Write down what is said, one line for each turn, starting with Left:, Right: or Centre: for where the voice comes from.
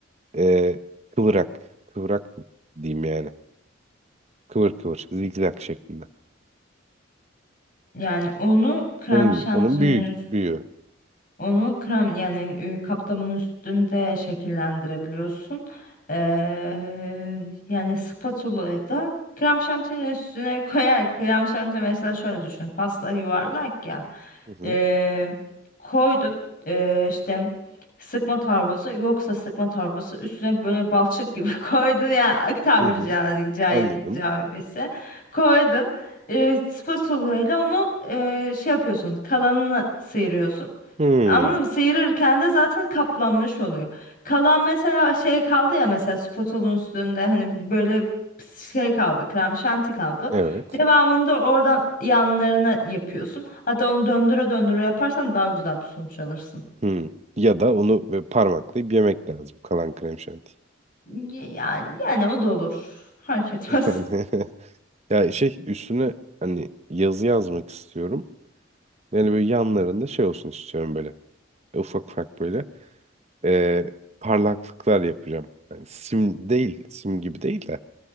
Right: e, kıvrak. Kıvrak diyeyim yani. Kıvır kıvır. Zigzag şeklinde.
Left: Yani onu krem
Right: Onun
Left: şantinin
Right: gibi. Onun büyüğü. Büyüğü.
Left: Onu krem yani e, kaplamın üstünde şekillendirebiliyorsun. Ee, yani spatula'yı da krem şantinin üstüne <laughs> koyar. Krem şanti mesela şöyle düşün. Pasta yuvarlak ya.
Right: Hı hı.
Left: Ee, koydun ee, işte sıkma torbası yoksa sıkma torbası üstüne böyle balçık gibi <laughs> koydun ya ak tabiri
Right: Hı hı.
Left: caiz, caiz
Right: Anladım.
Left: caizse koydun. Ee, spatula ile onu ee, şey yapıyorsun kalanını sıyırıyorsun
Right: Hmm.
Left: Anladın mı? Sıyırırken de zaten kaplanmış oluyor. Kalan mesela şey kaldı ya mesela spotolun üstünde hani böyle şey kaldı, krem şanti kaldı.
Right: Evet.
Left: Devamında oradan yanlarına yapıyorsun. Hatta onu döndüre döndüre yaparsan daha güzel bir sonuç alırsın.
Right: Hmm. Ya da onu böyle parmaklayıp yemek lazım. Kalan krem şanti.
Left: Y- Yani, yani o da olur. Fark etmez.
Right: <laughs> Yani ya şey üstüne hani yazı yazmak istiyorum. Yani böyle yanlarında şey olsun istiyorum böyle. Ufak ufak böyle e, parlaklıklar yapacağım. Yani sim değil, sim gibi değil de